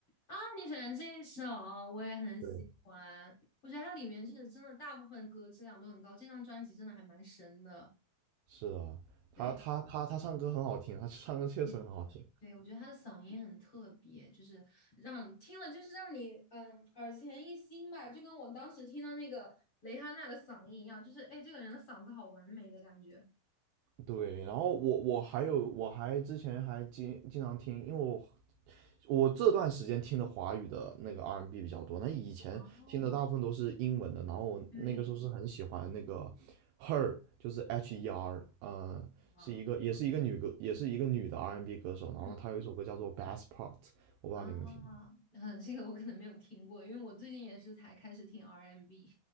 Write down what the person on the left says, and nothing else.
啊，你选这首我也很喜欢，
我觉得它里面就是真的大部分歌质量都很高，这张专辑真的还蛮神的。
对，
对，对我觉得他的嗓音很特别，就是让听了就是让你嗯耳前一新吧，就跟我当时听到那个蕾哈娜的嗓音一样，就是哎这个人的嗓子好完美的感觉。
哦，
对，
嗯
嗯
啊，<laughs> 嗯，这个我可能没有听过，因为我最近也是才开始听 R&B。